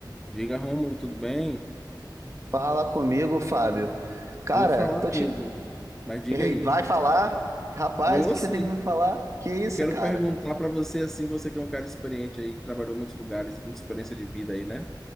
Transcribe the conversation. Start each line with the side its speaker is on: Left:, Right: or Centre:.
Centre: Diga, Rômulo, tudo bem?
Right: Fala comigo, Fábio. Cara,
Centre: Vou falar
Right: tô te.
Centre: mesmo, mas diga
Right: Ei,
Centre: aí.
Right: Vai falar? Rapaz,
Centre: Vou
Right: o que que
Centre: sim.
Right: você tem pra me falar? Que isso,
Centre: Eu quero
Right: cara?
Centre: perguntar para você, assim, você que é um cara experiente aí, que trabalhou em muitos lugares, muita experiência de vida aí, né?